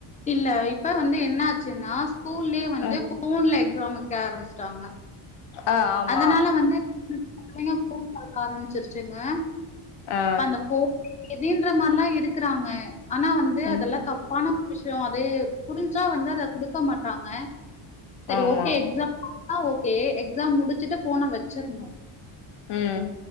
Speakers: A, on the left; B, on the left.
A: இல்ல இப்ப வந்து என்ன ஆச்சுன்னா ஸ்கூல்லே வந்து
B: ம்
A: ஃபோன்ல எக்ஸாம் வைக்க ஆரம்பிச்சிட்டாங்க
B: ஆ ஆமா
A: அதனால வந்து இந்த பிள்ளங்க ஃபோன் பாக் க ஆரம்பிச்சிருச்சுங்க
B: ஆ
A: இப்ப அந்த ஃபோ கொதின்ற மாரிலா இருக்றாங்க ஆனா வந்து
B: ம்
A: அதெல்லா தப்பான விஷயோ அது புரிஞ்சா வந்து அதை குடுக்க மாட்டாங்க சரி
B: ஆமா
A: ஓகே எக்ஸாம் னா ஓகே எக்ஸாம் முடிச் சுட்டு ஃபோன வச்சிட்ணு
B: ம்